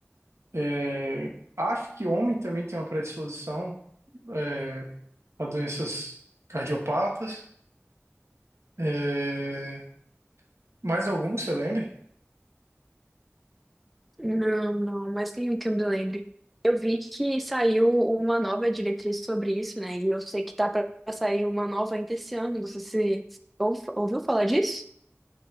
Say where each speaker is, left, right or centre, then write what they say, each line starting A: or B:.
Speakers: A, on the right; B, in the centre.
A: É, acho que homem também tem uma predisposição é, a doenças cardiopatas. É, mais algum que você lembre?
B: Não, não, mas nenhum que eu me lembre. Eu vi que saiu uma nova diretriz sobre isso, né? E eu sei que tá para sair uma nova ainda esse ano. Você se, ouv- ouviu falar disso?